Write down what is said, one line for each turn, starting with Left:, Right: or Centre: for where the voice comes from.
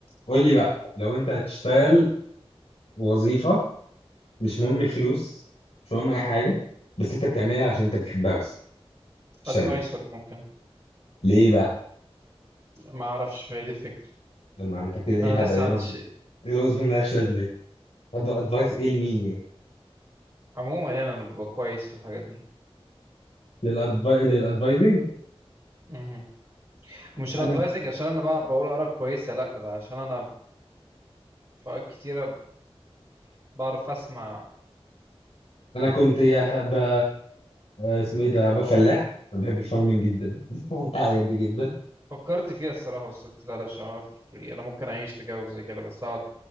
Left: قول لي بقى لو انت هتشتغل وظيفة مش مهم الفلوس مش مهم اي حاجة بس انت بتعملها عشان انت بتحبها بس تشتغل
Right: ادفايسور
Left: ليه
Right: ممكن
Left: ليه بقى
Right: ما اعرفش هي دي الفكره
Left: لما انت كده ايه
Right: انا
Left: الهبل
Right: لسه
Left: ايه
Right: ما
Left: الوظيفة
Right: عنديش
Left: ايه الوظيفة مالهاش لازمة دي طب ادفايس ايه لمين يعني
Right: عموما يعني انا ببقى كويس في الحاجات دي
Left: للأدفاي... للادفايزنج
Right: مهم. مش الادفايزنج
Left: انا
Right: عشان انا بقى بقول اراء كويسه لا ده عشان انا في اوقات كتيره بعرف اسمع
Left: انا
Right: وف-
Left: كنت يا هبقى اسمه ايه ده هبقى فلاح انا بحب الفارمنج جدا <laughs> الحاجات دي جدا
Right: فكرت فيها الصراحه بس قلت لا لا مش هعملها في فري انا ممكن اعيش في جو زي كده بس اقعد